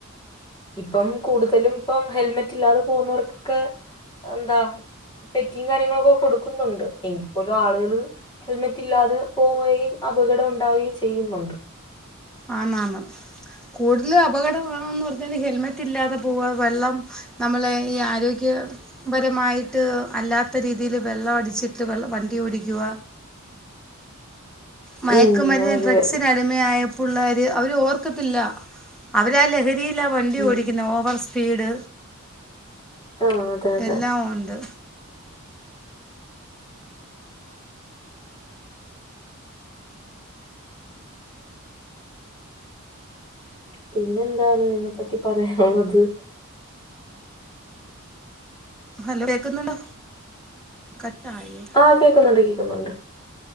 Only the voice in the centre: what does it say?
ആന്ന് ആന്ന് കൂടുതലും അപകടമാണന്ന് പറഞ്ഞാൽ ഹെൽമെറ്റ് ഇല്ലാതെ പോവുക വെള്ളം നമ്മള് ഈ ആരോഗ്യ പരമായിട്ട് അല്ലാത്ത രീതിയില് വെള്ളം അടിച്ചിട്ട് വെള്ള വണ്ടി ഓടിക്കുക മയക്കുമരുന്ന്
ഡ്രഗ്സിനടി പിള്ളാര് അവര് ഓർക്കത്തില്ല അവരാ ലഹരിയിലാ വണ്ടി
ഓടിക്കുന്ന ഓവർ സ് സ്പീട്
എല്ലാം ഉണ്ട്
ഹലോ കേക്കുന്നുണ്ടോ കട്ട്‌ ആയോ